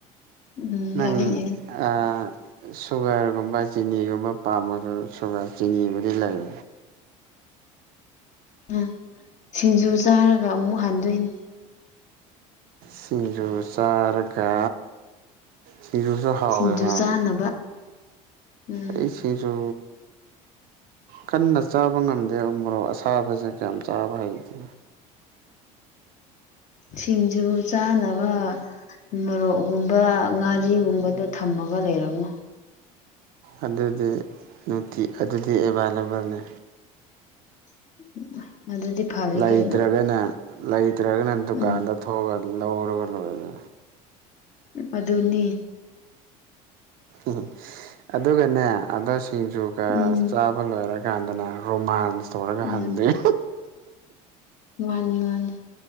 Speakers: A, on the left; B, on the right.
A: ꯎꯝ
B: ꯅꯪ
A: ꯌꯥꯏ ꯌꯥꯏ
B: ꯑ ꯁꯨꯒꯔꯒꯨꯝꯕ ꯆꯤꯅꯤꯒꯨꯝꯕ ꯄꯥꯝꯕꯗꯨ ꯁꯨꯒꯔ ꯆꯤꯅꯤꯕꯨꯗꯤ ꯂꯩ
A: ꯑ ꯁꯤꯡꯖꯨ ꯆꯥꯔꯒ ꯑꯃꯨꯛ ꯍꯟꯗꯣꯏꯅꯤ
B: ꯁꯤꯡꯖꯨ ꯆꯥꯔꯀꯥ ꯁꯤꯡꯖꯨꯁꯨ ꯍꯥꯎꯋꯦ
A: ꯁꯤꯡꯖꯨ
B: ꯍꯥ
A: ꯆꯥꯅꯕ ꯎꯝ
B: ꯑꯩ ꯁꯤꯡꯖꯨ ꯀꯟꯅ ꯆꯥꯕ ꯉꯝꯗꯦ ꯎ ꯃꯣꯔꯣꯛ ꯑꯁꯥꯕꯁꯦ ꯀꯌꯥꯝ ꯆꯥꯕ ꯍꯩꯇꯦ
A: ꯁꯤꯡꯖꯨ ꯆꯥꯅꯕ ꯎꯃꯔꯣꯛꯎꯝꯕ ꯉꯥꯔꯤꯒꯨꯝꯕꯗꯣ ꯊꯝꯃꯒ ꯂꯩꯔꯝꯃꯨ
B: ꯑꯗꯨꯗꯤ ꯅꯨꯡꯇꯤ ꯑꯗꯨꯗꯤ ꯑꯦꯕꯥꯏꯂꯦꯕꯜꯅꯦ
A: <unintelligible> ꯐꯔꯦ
B: ꯂꯩꯇ꯭ꯔꯒꯅ
A: ꯀꯩꯅꯣ
B: ꯂꯩꯇ꯭ꯔꯒꯅ ꯗꯨꯀꯥꯟꯗ
A: ꯎꯝ
B: ꯊꯣꯛꯑꯒ ꯂꯧꯔꯒ ꯂꯣꯏꯔꯦ
A: ꯑꯗꯨꯅꯤ
B: ꯎ ꯑꯗꯨꯒꯅꯦ ꯑꯗꯣ ꯁꯤꯡꯖꯨꯒ
A: ꯎꯝ
B: ꯆꯥꯕ ꯂꯣꯏꯔꯒ ꯀꯥꯟꯗꯅꯦ ꯔꯣꯃꯥꯟꯁ ꯇꯧꯔꯒ
A: ꯎꯝ
B: ꯍꯟꯗꯣꯢ
A: ꯃꯥꯅꯤ ꯃꯥꯅꯤ